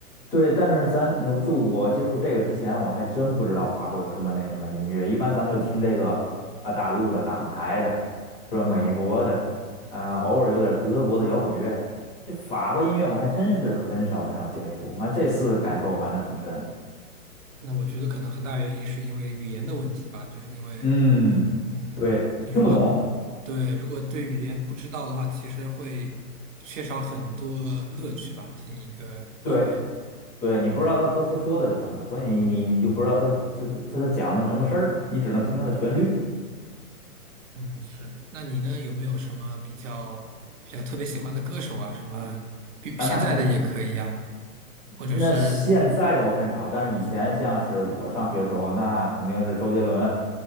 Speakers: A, on the left (about 15°); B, on the right (about 60°).
A: 对，但是咱呃就我接触这个之前，我还真不知道法国有什么那什么音乐。一般咱就听这个啊，大陆的、港台的，是吧？美国的，呃，偶尔有点德国的摇滚乐。这法国音乐我还真是很少很少接触，完这次感受反正挺深。
B: 那我觉得可能很大原因是因为语言的问题吧，就是因为，
A: 嗯，
B: 嗯，
A: 对，
B: 你如果
A: 听不懂，
B: 对如果对语言不知道的话，其实会缺少很多乐趣吧，听一个音乐。
A: 对对，你不知道他歌词说的是什么，所以你你就不知道他他他他讲的是什么事儿，你只能听他的旋律
B: 嗯，是。那你呢，有没有什么比较比较特别喜欢的歌手啊？什么，比现在的也可以啊，
A: 啊，那肯。
B: 或者是
A: 那现在的我很少，但是以前像是我上学时候，那肯定是周杰伦，